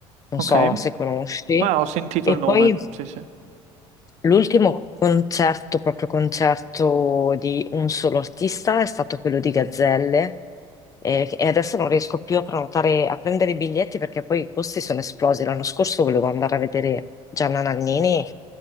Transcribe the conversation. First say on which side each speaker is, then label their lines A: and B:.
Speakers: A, on the left; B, on the right.
A: non
B: ok.
A: so se conosci.
B: Ma ho sentito
A: E
B: il nome,
A: poi
B: sì, sì,
A: L'ultimo concerto, proprio concerto di un solo artista, è stato quello di Gazzelle eh, e adesso non riesco più a prenotare, a prendere i biglietti perché poi i costi sono esplosi. L'anno scorso volevo andare a vedere Gianna Nannini,